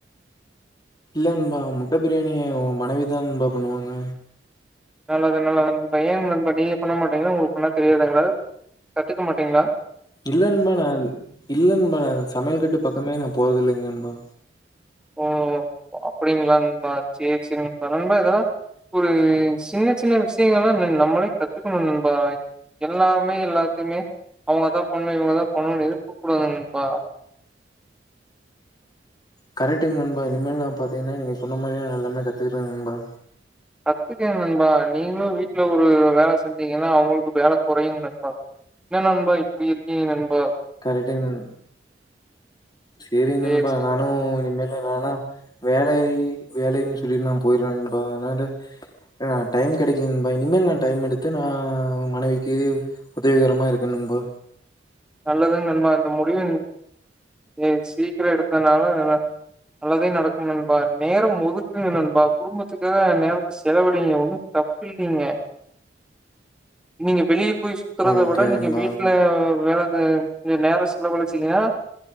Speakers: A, on the left; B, in the centre.
A: இல்ல நண்பா முட்ட பிரியாணி மனைவிதா நண்பா பண்ணுவாங்க
B: நல்லது நல்லது பையன் <unintelligible> நீங்க பண்ண மாட்டீங்குனா உங்ளுக் பண்ண தெரியாதுங்ளா கத்துக்க மாட்டீங்ளா
A: இல்ல நண்பா நான் இல்ல நண்பா நான் சமயல் கட்டு பக்கமே நா போறதில்லைங் நண்பா
B: ஓ அப்டிங்ளா நண்பா சேர் சேர் <unintelligible> இதெல்லா ஒரு சின்ன சின்ன விஷ்யங்கள்ளா இனி நம்மளே கத்துக்கணு நண்பா எல்லாமே எல்லாத்துமே அவுங்கதா பண்ணு இவுங்கதா பண்ணுன்னு இருக்க கூடாதுங் நண்பா
A: கரெக்ட்டுங் நண்பா இனிமேல் நான் பாத்தீங்கன்னா நீங்க சொன்ன மாரியே நா எல்லாமே கத்துக்கற நண்பா
B: கத்துக்கங் நண்பா நீங்ளு வீட்ல ஒரு வேல செஞ்சீங்கன்னா அவுங்களுக்கு வேல கொறையுங் நண்பா என்ன நண்பா இப்டி இருக்கீங்க நண்பா
A: கரக்ட்டுங் நண் சேரிங்
B: சரி,
A: நண்பா
B: சரி.
A: நானு இனிமேல வேல வேலை வேலைன் சொல்லிர் நான் போய்ற நண்பா அன்னான்ட அ டைம் கெடைக்கலிங் நண்பா இனிமேல் நான் டைம் எடுத்து நா மனைவிக்கு உதவிகரமா இருக்கணும் போ
B: நல்லதுங் நண்பா இந்த முடிவு இதே சீக்கிரோ எடுத்தனால நல்லா நல்லதே நடக்கும் நண்பா நேரம் ஒதுக்குங்க நண்பா குடும்பத்துக்காக நேரத்த செலவழிங்க ஒன்னு தப்பில்லீங்க நீங்க வெளிய போய் சுத்தறத
A: ஓகே
B: விட நீங்க
A: நண்பா
B: வீட்ல வேல து கொஞ்சோ நேரோ செலவழிச்சீங்கனா